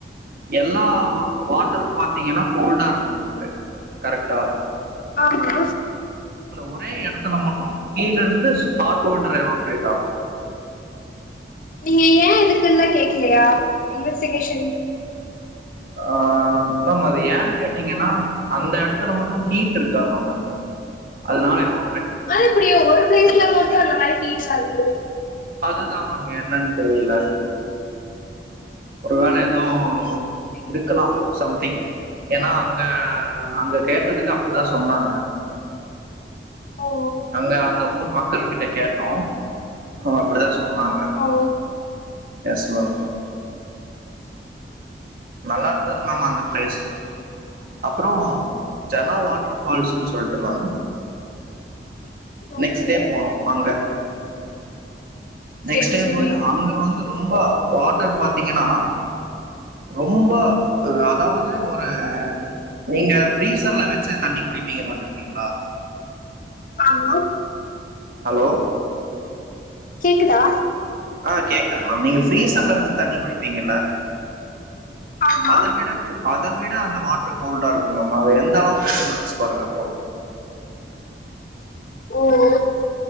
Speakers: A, on the right; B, on the left.
A: எல்லா வ வாட்டரும் பாத்தீங்கனா கோல்டா இருக்கு உங்களுக்கு கரக்டா
B: ஆமா
A: ஒரே எடத்துல மட்டும் கீல இருந்து ஹாட் வாட்டர் எவாப்ரேட் ஆகும்
B: நீங்க ஏ அதுக்குல்லா கேக்கலையா இன்வெஸ்டிகேஷன்
A: ஆஹ் மேம் அது ஏன் கேட்டீங்கனா அந்த எடத்துல மட்டும் ஹீட் இருக்காமா மேம் அதனால எவ்
B: அது எப்டி ஒரு பிளேஸ்ல மட்டு அந்த மாரி கீஸ் ஆகுது
A: அதுதா மேம் என்னனு தெரில ஒரு வேள ஏதோ
B: ஓ சம்திங்
A: இர்க்கலா
B: இன்ட்ரெஸ்டிங்
A: சம்திங் ஏனா அங் ங்க அங்க கேட்டதுக்கு அப்டிதா சொன்னாங்க
B: ஓ
A: அங்க அந்த ஊ ஊர் மக்கள் கிட்ட கேட்டோ அ அப்டிதா சொ சொன்னாங்க
B: ஓ
A: எஸ் மம் நல்லாருந்துது மேம் அந்த ப்ளேஸ் அப்புற ஜல வா ட்ரு ஃபால்ஸுன் சொல்ட்டு மேம்
B: ஓகே
A: நெக்ஸ்டே போனோ அங்க நெக்ஸ்ட்
B: சேரி
A: டே
B: சேரி
A: போய் அங்க வந்து ரொம்ப வாட்டர் பாத்திங்கனா ரொம்ப அதாவுது ஒரு நீங்க ஃப்ரீசர்ல வெச்சு தண்ணி குடிப்பிங்க பாத்துருக்கிங்ளா
B: ஆமா
A: ஹலோ
B: கேக்குதா
A: ஆ கேக்குது மேம் நீங்க ஃப்ரீசர்ல வெச்சு தண்ணி குடிப்பிங்கல்ல
B: ஆமா
A: அத விட அத விட அந்த வாட்டர் கோல்டா இருக்கு மேம் அது எந்த அளவுக்கு இருக்குன் நெனச்சு பாருங்க அப்போ
B: ஓ ஓ